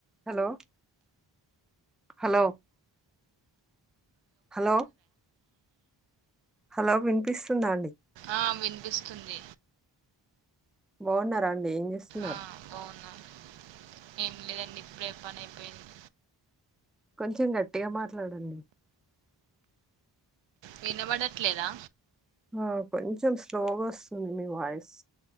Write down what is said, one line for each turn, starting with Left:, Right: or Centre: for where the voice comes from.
Centre: Hello hello hello hello వినిపిస్తుందా అండి
Right: ఆ వినిపిస్తుంది
Centre: బాగున్నారా అండి ఏం చేస్తున్నారు
Right: ఆ బాగున్నా ఏం లేదండి ఇప్పుడే పని అయిపోయింది
Centre: కొంచెం గట్టిగా మాట్లాడండి
Right: వినబడట్లేదా
Centre: ఆ కొంచెం స్లోగా వస్తుంది మీ వాయిస్